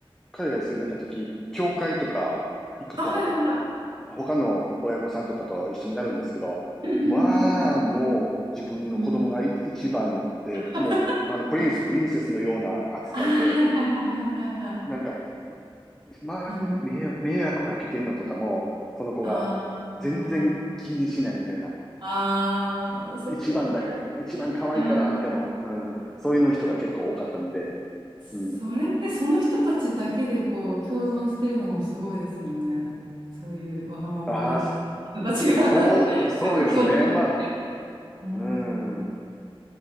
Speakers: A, in the centre; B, on the right (about 50°).
A: 海外に住んでた時、教会とか行くと、
B: あ、はいはいはい。
A: 他の親御さんとかと一緒になるんですけど、
B: うんうんうん
A: まあ、もう、自分の子供がい一番で、
B: うん。うん <laughs>
A: もう、あの、プリンス、
B: あ、
A: プリンセスのような扱いで、
B: あー、はいはいはいはいはいはい。
A: なんか、周りに迷惑迷惑かけてんのとかも、
B: うん、
A: その子が
B: あーあー、
A: 全然気にしないみたいな。
B: あーそこはね、
A: 一番だ、
B: やっぱり。
A: 一番可愛いから、
B: うん。
A: みたいな、うん、そういうの人が結構多かったんで、
B: それってその人たちだけでこう共存してるのもすごいですよね。
A: うん。
B: そういうわがままだらけの人たちが
A: ああ、そそう、
B: <laughs> よ
A: そうですね。
B: く共存できてるな。
A: まあ、
B: うん。
A: うん。
B: う